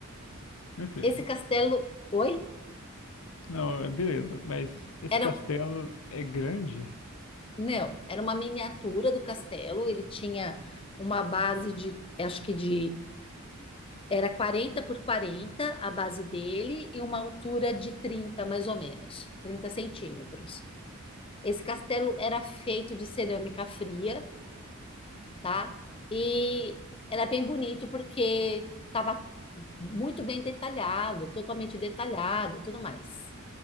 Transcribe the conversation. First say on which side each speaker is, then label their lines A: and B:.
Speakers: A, on the left; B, on the left.
A: Ok.
B: Esse castelo, oi?
A: Não, é beleza. Mas esse
B: Eram
A: castelo é grande?
B: Não, era uma miniatura do castelo. Ele tinha uma base de, acho que de, era 40 por 40 a base dele e uma altura de trinta mais ou menos, 30 centímetros. Esse castelo era feito de cerâmica fria, tá? E era bem bonito porque estava muito bem detalhado, totalmente detalhado, e tudo mais.